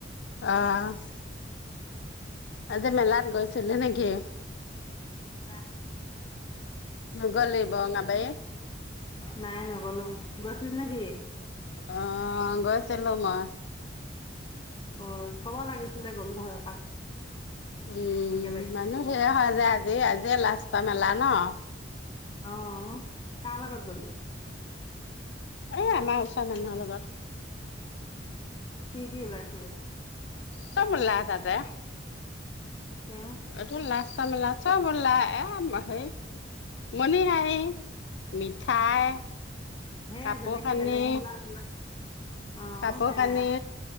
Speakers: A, on the left; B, on the left.
A: অ', আজি মেলাত গৈছিলি নেকি?
B: নাই <inaudible>
A: নগলিব নাবে?
B: নাই, নগলোঁ। গৈছিল নে কি?
A: অ', গৈছিলোঁ মই।
B: অ ', ক'ব লাগিছিলে। গ'লোঁ হয় এপাক।
A: উম',
B: একেলগে
A: মানুহ সেয়া যায় আজি। আজি লাষ্ট মেলা ন',।
B: অ', কাৰ লগত গলি?
A: এ', আমাৰ ওচ চা মানুহৰ লগত।
B: কি - কি ওলাইছিলে?
A: চব ওলা তাতে।
B: তেওঁ
A: এইটো লাষ্ট কা-মেলা চব ওলা <unintelligible> মানে সেই মিঠাই,
B: সেয়াই
A: কাপোৰ-কানি
B: যেনেকে বেলেগ মূলা চোলা অ
A: কাপোৰ-কানি
B: সেয়াই আও